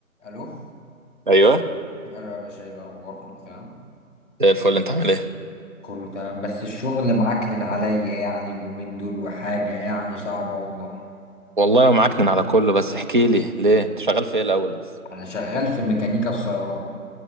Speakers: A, in the centre; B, on the right.
A: الو
B: ايوه
A: الو يا باشا ايه الاخبار كله تمام
B: زي الفل انت عامل ايه
A: كله تمام بس الشغل معكنن عليا يعني اليومين دول وحاجه يعني صعبه والله
B: والله ومعكنن على كله بس احكي لي ليه انت شغال في ايه الاول بس
A: انا شغال في ميكانيكا السيارات